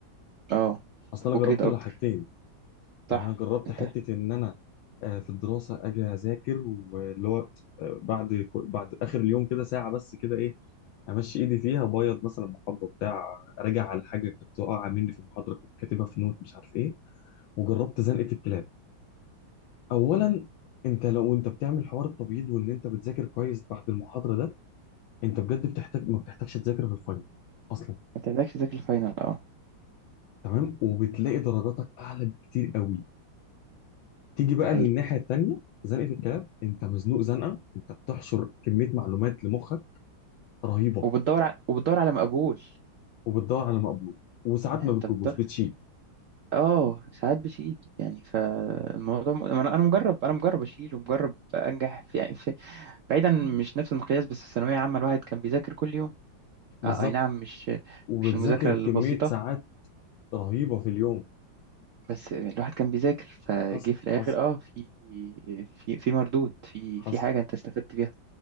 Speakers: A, on the right; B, on the left.
A: اه
B: اصل انا
A: وجريد
B: جربت
A: أكبر
B: الحاجتين يعني
A: صح
B: انا جربت
A: انت
B: حته
A: ما
B: ان انا آه، في الدراسه اجي اذاكر واللي هو آه، بعد كو- بعد اخر اليوم كده ساعه بس كده ايه امشي ايدي فيها ابيض مثلا محاضره بتاع راجع على حاجه كانت واقعه مني في المحاضره كنت كاتبها في نوت مش عارف ايه وجربت زنقه الكلاب اولا انت لو انت بتعمل حوار التبييض وان انت بتذاكر كويس بعد المحاضره ده انت بجد بتحتاج ما بتحتاجش تذاكر في الفاينل اصلا
A: بتحتاجش تذاكر الفاينل اه
B: تمام وبتلاقي درجاتك اعلى بكتير قوي تيجي بقى
A: ده حقيقي
B: للناحية التانية زنقة الكلاب انت مزنوق زنقة انت بتحشر كمية معلومات لمخك رهيبة
A: وبتدور ع... وبتدور على مقبول
B: وبتدور على مقبول وساعات
A: يعني
B: ما
A: انت
B: بتجيبوش
A: بتدور
B: بتشيل
A: اه ساعات بشيل يعني فالموضوع م... انا أنا مجرب انا مجرب اشيل ومجرب انجح في... يعني في... بعيدا مش نفس المقياس بس في ثانوية عامة الواحد كان بيذاكر كل يوم
B: بالظبط
A: آه اي نعم مش
B: وبتذاكر
A: مش المذاكرة البسيطة
B: كمية ساعات رهيبة في اليوم
A: بس الواحد كان بيذاكر فجه
B: حصل
A: في الاخر
B: حصل
A: اه في في في مردود في
B: حصل
A: في حاجة انت استفدت بيها